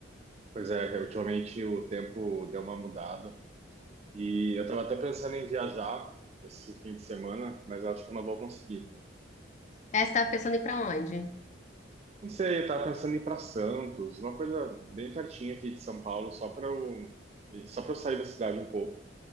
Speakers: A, on the right; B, on the left.
A: Pois é, ultimamente o tempo deu uma mudada. E eu tava até pensando em viajar esse fim de semana, mas eu acho que eu não vou conseguir.
B: É, você tava pensando em ir pra onde?
A: Não sei, eu tava pensando em ir pra Santos, uma coisa bem pertinho aqui de São Paulo, só pra eu, só pra eu sair da cidade um pouco.